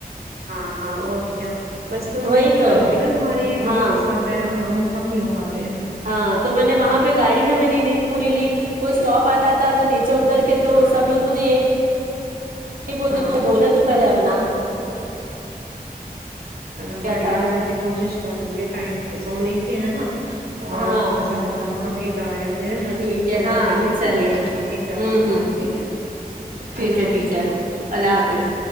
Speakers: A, on the right; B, on the right.
A: ہاں ہاں اور کیا بس تم بے
B: وہی
A: فکر
B: تو
A: ہو گی نا تمہارے ارد
B: ہاں
A: گرد سب ہیں ہم ہم نہیں ہو پاتا
B: ہاں تو میں نے وہاں پہ گاڑی میں میں مین پوری لی کوئی اسٹاپ
A: جی
B: آتا تھا تو نیچے اتر کے تو
A: ہاں
B: سب لوگ مجھے یہی نہیں بولتے
A: ہاں
B: تو دھولے تو پہلےپ نہ
A: چلو بڑیا
B: تھا
A: میں بھی کوشش کروں گی ٹائم سے سونے کی ہے نا <inaudible> ات
B: ہاں
A: ہر
B: ٹھیک
A: چیز کو
B: ہے
A: عمل
B: ہاں
A: کرنے
B: چلیے
A: کی باقی
B: ہوں
A: کرتے ہیں
B: ہوں
A: بات ٹھیک ہے
B: ٹھیک
A: اللہ
B: ہے
A: حافظ
B: ٹھیک ہے اللہ حافظ